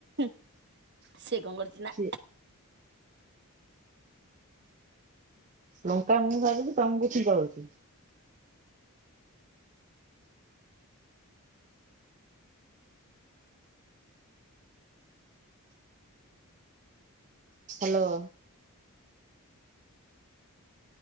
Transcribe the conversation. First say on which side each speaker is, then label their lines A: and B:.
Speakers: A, on the right; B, on the right.
A: <inaudible> ସେ କଣ କରୁଚି ନା
B: ସେ ଲଙ୍କା ମୁଁ ଭାଜୁଚି ତମକୁ ଛିଙ୍କ ହଉଚି? ହ୍ୟାଲୋ।